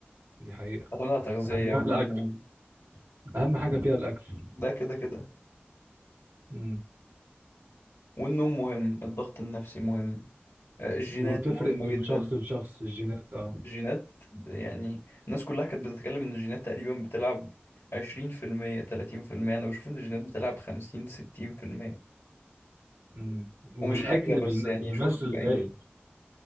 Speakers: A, on the right; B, on the left.
A: دي حقيقة
B: بتعتمد على تغذية
A: أهمها
B: والنوم
A: الأكل أهم حاجة فيها الأكل
B: ده كده كده
A: مم.
B: والنوم مهم الضغط النفسي مهم آه، الجينات
A: وبتفرق
B: مهمة
A: من
B: جدا
A: شخص لشخص الجينات اه
B: الجينات يعني الناس كلها كانت بتتكلم ان الجينات تقريبا بتلعب عشرين في المية تلاتين في المية انا بشوف ان الجينات بتلعب خمسين ستين في المية
A: مم. والأكل
B: ومش حجة بس
A: بين-
B: يعني
A: بيمثل
B: شفت بعين
A: الباقي